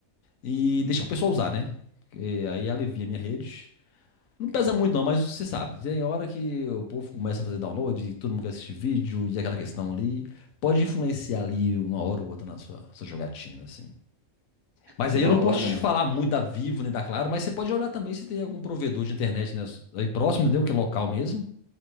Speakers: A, on the left (about 80°); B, on the right (about 30°).
A: e
B: Hum,
A: deixar o pessoal usar, né? Porque aí alivia a minha rede. Não pesa muito, não, mas você sabe, tem hora que o povo começa a fazer download, e todo mundo quer assistir vídeo e aquela questão ali. Pode influenciar ali uma hora ou outra na sua, sua jogatina, assim. Mas
B: que
A: aí
B: da
A: eu não
B: hora.
A: posso te
B: né?
A: falar muito da Vivo nem da Claro, mas você pode olhar também se tem algum provedor de internet né, aí próximo, entendeu? Que é local mesmo.